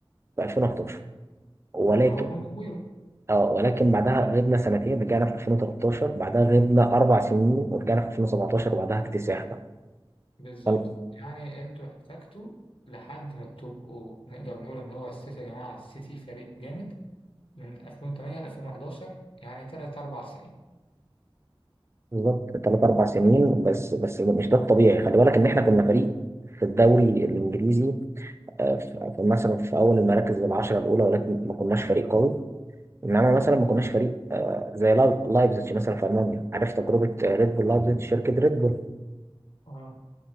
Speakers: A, on the right (about 30°); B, on the left (about 70°).
A: في 2011 ولكن
B: اللي هو بوم
A: اه ولكن بعدها غبنا سنتين رجعنا في 2013 بعدها غبنا اربع سنين ورجعنا في 2017 وبعدها اكتساح بقى
B: بالظبط
A: فال-
B: يعني انتوا احتجتوا لحد ما تبقوا نقدر نقول ان هو السيتي يا جماعه السيتي فريق جامد من 2008 ل 2011 يعني ثلاث اربع سنين
A: بالظبط ثلاث اربع سنين بس بس مش ده الطبيعي خلي بالك ان احنا كنا فريق في الدوري الانجليزي آه، في في- مثلا في اول المراكز العشره الاولى ولكن ما كناش فريق قوي انما مثلا ما كناش فريق آه، زي لايب- لايبزيتش مثلا في المانيا عارف تجربه آه، ريد بول لايبزيتش شركه ريد بول
B: اه